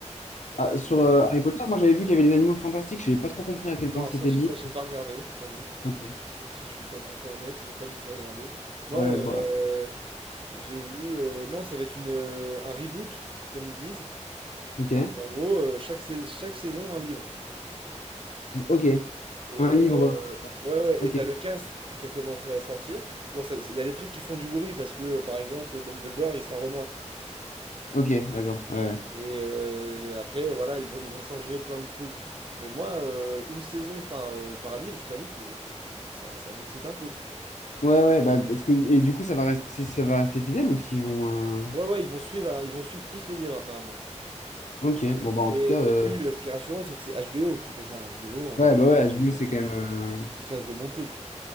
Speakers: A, on the right (about 45°); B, on the left (about 75°).
A: Je
B: ah,
A: sais pas si
B: sur
A: t'as
B: euh,
A: vu.
B: Harry Potter, moi, j'avais vu qu'il y avait les animaux fantastiques. J'ai pas trop compris à quel
A: Non,
B: point c'était
A: ça, j'ai
B: lié.
A: ça, j'ai pas regardé, je t'avoue.
B: Ok.
A: Ça, Si je suis 100% honnête, j'ai pas du tout regardé. Non,
B: Ouais,
A: euh,
B: bah,
A: j'ai vu. euh, non, ça va être une, euh, un reboot, comme ils disent.
B: ok.
A: Et en gros, euh, chaque, sais- chaque saison, un livre.
B: Ok.
A: Et
B: Un livre.
A: euh,
B: euh,
A: ouais, ouais,
B: Ok.
A: et t'as le cast qui a commencé à sortir. Bon, ça- il y a des trucs qui font du bruit parce que, euh, par exemple, Dumbledore, il sera Renoir.
B: Ok, d'accord. Ouais, ouais.
A: Et euh, après, voilà, ils vont, ils vont changer plein de trucs. Mais moi, euh, une saison par, euh, par livre, je t'avoue que je- ça, ça m'excite un peu, quoi.
B: Ouais, ouais, bah, parce que, et du coup, ça va rester, ça va rester fidèle ou s'ils vont. euh,
A: Ouais, ouais, ils vont suivre, euh, ils vont suivre plus les livres, apparemment.
B: Ok. Bon, bah, en
A: Et,
B: tout cas, euh,
A: et puis, euh, ce qui est rassurant, c'est que c'est HBO qui fait ça. HBO, on
B: ouais,
A: a l'habitude
B: bah, ouais, HBO,
A: euh,
B: c'est quand même.
A: qu'ils fassent des bons trucs.